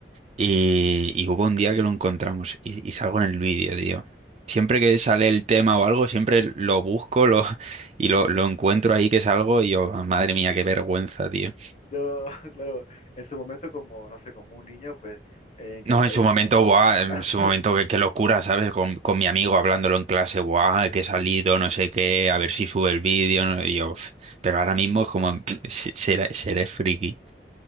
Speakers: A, on the right (about 35°); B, on the left (about 40°).
A: Y, y hubo un día que lo encontramos y, y salgo en el vídeo, tío. Siempre que sale el tema o algo, siempre lo busco lo, <laughs> y lo, lo encuentro ahí que salgo y yo, "Ah, madre mía, qué vergüenza, tío.
B: No, <laughs> claro, en su momento como, no sé, como un niño, pues eh, encantadísimo,
A: No, en su momento,
B: ¿no?
A: buah, en
B: <laughs>
A: su momento, qué, qué locura, ¿sabes? Con, con mi amigo hablándolo en clase, buah, que he salido, no sé qué, a ver si sube el vídeo, no- y yo, "Uf". pero ahora mismo es como, <laughs> pff, se- será- seré, friki,